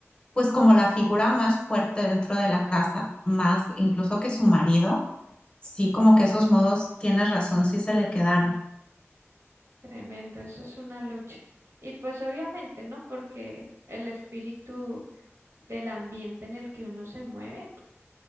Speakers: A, on the left; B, on the right.
A: pues como la figura más fuerte dentro de la casa, más incluso que su marido, sí como que esos modos, tienes razón, sí se le quedaron.
B: Tremendo, eso es una lucha. Y pues obviamente, ¿no? Porque el espíritu del ambiente en el que uno se mueve